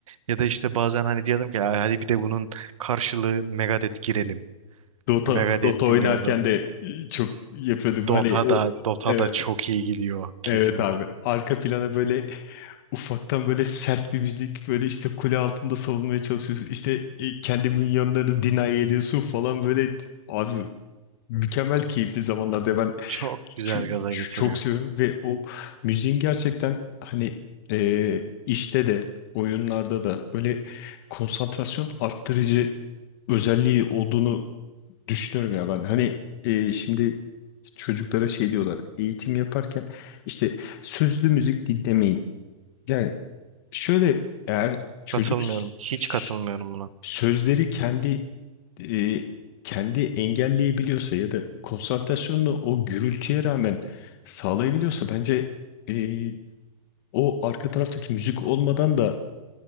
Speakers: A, on the right; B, on the left.
A: Ya da işte bazen hani diyordum ki "Ay, hadi bir de bunun karşılığı Megadeth girelim.
B: Dota
A: Megadeth
B: Dota oynarken
A: dinliyordum.
B: de çok yapıyordum.
A: Dota
B: Hani o
A: da Dota
B: evet
A: da çok iyi gidiyor kesinlikle.
B: evet abi. Arka plana böyle Ufaktan böyle sert bir müzik böyle işte kule altında savunmaya çalışıyorsun. İşte e, kendi minyonlarını deny ediyorsun falan böyle abi mükemmel keyifli zamanlarda ben
A: Çok güzel
B: ç-
A: gaza
B: ç-
A: getiriyor.
B: çok seviyorum ve o müziğin gerçekten hani e, işte de oyunlarda da böyle konsantrasyon arttırıcı özelliği olduğunu düşünüyorum ya ben. Hani e, şimdi çocuklara şey diyorlar eğitim yaparken işte sözlü müzik dinlemeyin. Yani Şöyle eğer çocuk
A: Katılmıyorum.
B: s-
A: Hiç
B: s-
A: katılmıyorum buna.
B: sözleri kendi e, kendi engelleyebiliyorsa ya da konsantrasyonunu o gürültüye rağmen sağlayabiliyorsa bence e, o arka taraftaki müzik olmadan da